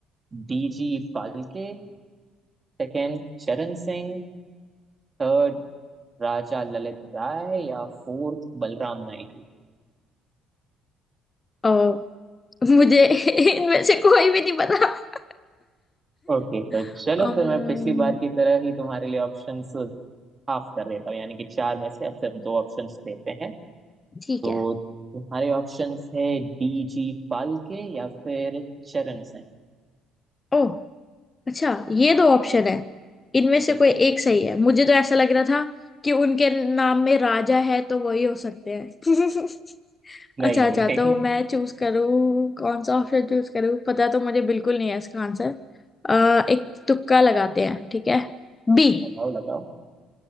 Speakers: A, on the right; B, on the left.
A: DG Phalke Second Charan Singh Third Raja Lalit Rai या फोर्थ बलराम नायडू
B: ओ मुझे <laughs> इनमें से कोई भी नहीं पता
A: ओके तो
B: <laughs>
A: चलो
B: अम्म,
A: फिर मैं पिछली बार की तरह ही तुम्हारे लिए ऑप्शंस हाफ कर देता हूँ यानी कि चार में से अब सिर्फ दो ऑप्शंस देते हैं
B: ठीक
A: तो
B: है
A: तुम्हारे ऑप्शंस है डीजी फाल्के या फिर चरण सिंह
B: ओह अच्छा ये दो ऑप्शन है इनमें से
A: बिल्कुल
B: कोई एक सही है मुझे तो ऐसा लग रहा था कि उनके नाम में राजा है तो वही हो सकते हैं <laughs>
A: नहीं
B: अच्छा
A: नहीं
B: अच्छा
A: नहीं
B: तो मैं चूज करूँ कौन सा ऑप्शन चूज करूँ पता तो मुझे बिल्कुल नहीं है इसका आंसर अह एक तुक्का लगाते हैं ठीक है B
A: बताओ लगाओ